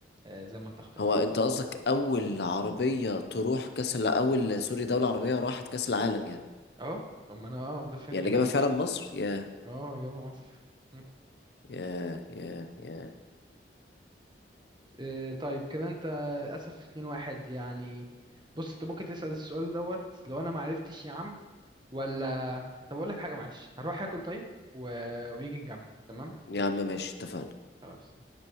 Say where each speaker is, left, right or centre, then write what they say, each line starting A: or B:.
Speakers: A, on the right (about 25°); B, on the left (about 65°).
A: آه، زي ما أنت اخترت
B: هو انت قصدك اول عربية تروح كاس الع- اول سوري دولة عربية راحت كاس العالم يعني
A: أه أما أنا أه ده فهمت
B: يعني اللي
A: إيه
B: جابها فعلا مصر يا
A: أه إجابة مصر مم.
B: يا يا يا
A: إيه، طيب كده أنت للأسف اتنين واحد يعني بص أنت ممكن تسأل السؤال دوت لو أنا معرفتش يا عم ولا طب أقول لك حاجة معلش هروح آكل طيب و... ونيجي نكمل تمام
B: يا عم ماشي اتفقنا
A: خلاص